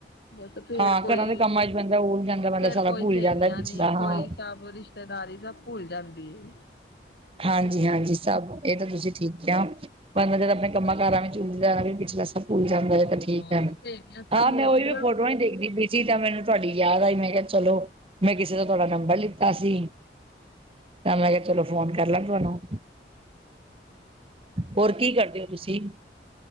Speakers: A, on the left (about 65°); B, on the right (about 30°).
A: ਬਸ ਫ਼ਿਰ
B: ਹਾਂ
A: ਕੋਈ।
B: ਘਰਾਂ ਦੇ ਕੰਮਾਂ ਚ ਬੰਦਾ ਉਲ ਜਾਂਦਾ ਬੰਦਾ
A: ਫ਼ਿਰ
B: ਸਾਰਾ
A: ਕੋਈ
B: ਭੁੱਲ
A: ਸਹੇਲੀਆਂ
B: ਜਾਂਦਾ ਪਿਛਲਾ
A: ਨੀਂ
B: ਹਾਂ
A: ਕੋਈ ਸਭ ਰਿਸ਼ਤ ਰਿਸ਼ਤੇਦਾਰੀ ਤਾਂ ਭੁੱਲ ਜਾਂਦੀ ਏ।
B: ਹਾਂਜੀ, ਹਾਂਜੀ ਸਭ ਇਹ ਤਾਂ ਤੁਸੀਂ ਠੀਕ ਕਿਹਾ। ਬੰਦਾ ਉਨ੍ਹਾਂ ਚਿਰ ਆਪਣੇ ਕੰਮਾਂ ਕਾਰਾਂ ਵਿੱਚ ਉਲਝਿਆ ਰਵੇ ਵਿੱਚ ਬਸ। ਸਕੂਲ ਜਾਂਦਾ ਹੈਂ
A: ਹਾਂ
B: ਤਾਂ ਠੀਕ ਹੈਂ।
A: ਸਹੇਲੀਆਂ ਸਾਨੂੰ
B: ਹਾਂ ਮੈਂ
A: ਮਿਲਦੀਆਂ
B: ਉਹੀਓ ਫ਼ੋਟੋਆਂ ਦੇਖਦੀ ਪਈ ਸੀ। ਤਾਂਹੀਂ ਤਾਂ ਮੈਂਨੂੰ ਤੁਹਾਡੀ ਯਾਦ ਆਈਂ। ‌ਮੈਂ ਕਿਹਾ ਚੱਲੋਂ। ਮੈਂ ਕਿਸ਼ੇ ਤੋਂ ਤੁਹਾਡਾ ਨੰਬਰ ਲਿੱਤਾ ਸੀ। ਤਾਂ ਮੈਂ ਕਿਹਾਂ ਚਲੋ ਫ਼ੋਨ। ਕਰ ਲੈ ਤੁਹਾਂਨੂੰ। ਹੋਰ ਕੀ ਕਰਦੇਂ ਹੋ ਤੁਸੀਂ।